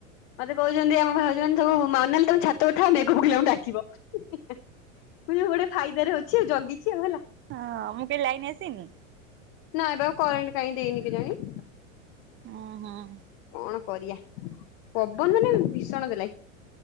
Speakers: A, on the left; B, on the right.
A: ମତେ କହୁଚନ୍ତି ଆମ ଭାଉଜମାନେ ସବୁ ମାନାଲି ତମେ ଛାତ ଉରେ ଥାଅ ମେଘ ପକେଇଲେ ଆମୁ ଡାକିବ। ମୁଁ <unintelligible> ଉ ଗୋଟେ ଫାଇଦାରେ ଅଛି ଆଉ ଜଗିଚି ଆଉ ଏଲା।
B: ଅଁ ମୁଁ କେଇଲି ଲାଇନି ଆସିନି?
A: ନାଁ ପା କାରେଣ୍ଟ୍ କାଇଁ ଦେଇନି କେଜାଣି।
B: ଓଁ ହଁ।
A: କଣ କରିଆ ପବନ୍ ମାନେ ଭୀଷଣ ଦେଲାଇ।